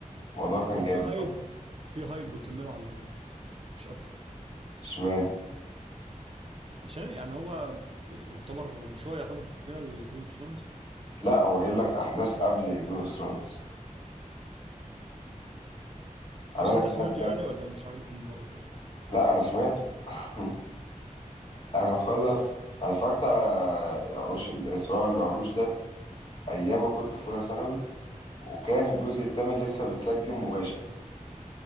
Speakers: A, on the left; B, on the right.
A: الموضوع كان
B: هو
A: جامد
B: في هايب
A: بقى
B: في هايب ويكملوا على الهايب مش اكتر
A: اشمعنى
B: عشان يعني هو يعتبر مش هو يعتبر تكمله لجيم اوف ثرونز
A: لا هو جايب لك أحداث قبل جيم اوف ثرونز عامل
B: بس
A: لك
B: انت
A: فلاش
B: سمعته
A: باك.
B: يعني ولا مش عاجبك من بره كده
A: لا أنا سمعته <laughs> أنا مخلص أنا اتفرجت على عروش ال- صراع العروش ده أيام ما كنت في أولى ثانوي وكان الجزء الثامن لسه بيتسجل مباشر